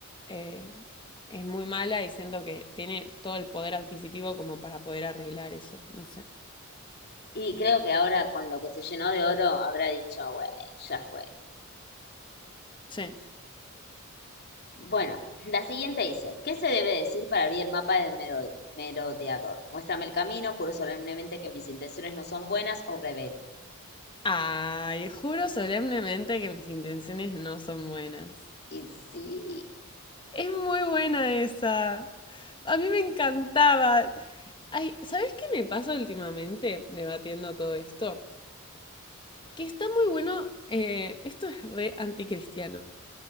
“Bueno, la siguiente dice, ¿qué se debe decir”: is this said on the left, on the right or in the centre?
Left